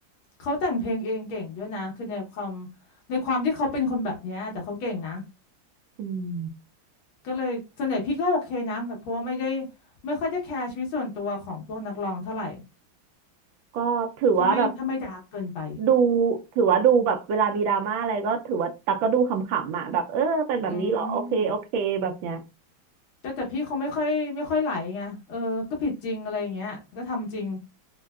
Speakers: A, on the left (about 80°); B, on the right (about 75°).
A: เขาแต่งเพลงเองเก่งด้วยนะคือในความในความที่เขาเป็นคนแบบเนี้ยแต่เขาเก่งนะ
B: อืม
A: ก็เลยส่วนใหญ่พี่ก็โอเคนะแบบเพราะว่าไม่ได้ไม่ค่อยได้แคร์ชีวิตส่วนตัวของพวกนักร้องเท่าไหร่
B: ก็ถือว่าแบบ
A: ถ้าไม่ถ้าไม่ดาร์กเกินไป
B: ดูถือว่าดูแบบเวลามีดราม่าอะไรก็ถือว่าตักก็ดูขำๆอ่ะแบบเออเป็นแบบนี้เหรอโอเคโอเคแบบเนี้ย
A: อืมแต่แต่พี่เขาไม่ค่อยไม่ค่อยไหลไงเออก็ผิดจริงอะไรอย่างเงี้ยก็ทำจริง